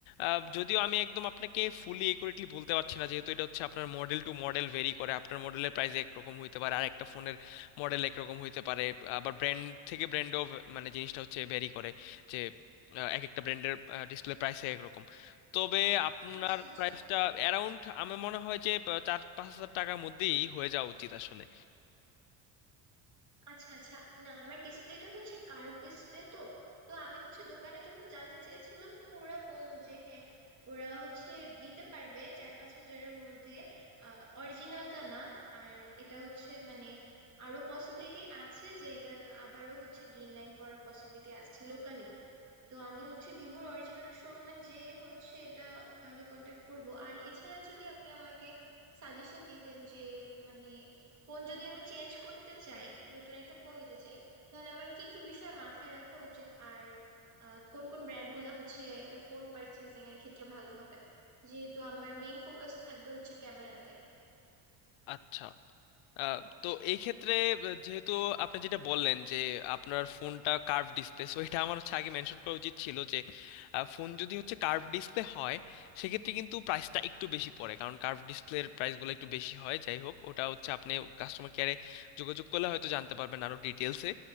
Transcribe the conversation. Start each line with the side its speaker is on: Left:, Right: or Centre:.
Left: আহ, যদিও আমি একদম আপনাকে ফুলি একুরেটলি বলতে পারছি না যেহেতু এটা হচ্ছে আপনার মডেল টু মডেল ভেরি করে আপনার মডেলের প্রাইস একরকম হইতে পারে আর একটা ফোনের মডেল একরকম হইতে পারে আবার ব্র্যান্ড থেকে ব্র্যান্ডও মানে জিনিসটা হচ্ছে ভ্যারি করে যে আহ, এক একটা ব্র্যান্ডের ডিসপ্লে প্রাইস একরকম তবে আপনার
Right: আচ্ছা আচ্ছা
Left: প্রাইসটা অ্যারাউন্ড আমার মনে হয় যে আহ, চার পাঁচ হাজার টাকার মধ্যেই হয়ে যাওয়া উচিত আসলে
Right: আচ্ছা আচ্ছা না আমার ডিসপ্লেটা হচ্ছে কার্ভ ডিসপ্লে তো তো আমি হচ্ছে দোকানে যখন জানতে চেয়েছিলাম তো ওরা বললো যে হ্যাঁ ওরা হচ্ছে দিতে পারবে চার পাঁচ হাজারের মধ্যে আহ অরিজিনালটা না আর এটা হচ্ছে মানে আরো পসিবিলিটি আছে যে এটা আবারও হচ্ছে গ্রিন লাইন পড়ার পসিবিলিটি আছে লোকালি তো আমি হচ্ছে ভিভোর অরিজিনাল শোরুমে যে হচ্ছে এটা তাহলে কন্ট্যাক্ট করব আর এছাড়া যদি আপনি আমাকে সাজেশন দিতেন যে মানে ফোন যদি আমি চেঞ্জ করতে চাই নতুন একটা ফোন নিতে চাই তাহলে আমার কি কি বিষয় মাথায় রাখা উচিত আর আহ, কোন কোন ব্র্যান্ড গুলা হচ্ছে একটা ফোন পারচেজিং এর ক্ষেত্রে ভালো হবে যেহেতু আমার মেইন ফোকাস থাকবে হচ্ছে ক্যামেরাতে
Left: আচ্ছা আহ, তো এই ক্ষেত্রে আহ, যেহেতু আপনি যেটা বললেন যে আপনার ফোনটা কার্ভ ডিসপ্লে সো এটা আমার হচ্ছে আগে মেনশন করা উচিত ছিল যে ফোন যদি হচ্ছে কার্ভ ডিসপ্লে হয় সেক্ষেত্রে কিন্তু প্রাইসটা একটু বেশি পড়ে কারণ কার্ভ ডিসপ্লের প্রাইসগুলো একটু বেশি হয় যাই হোক ওটা হচ্ছে আপনি কাস্টমার কেয়ারে যোগাযোগ করলে হয়তো জানতে পারবেন আরো ডিটেলসে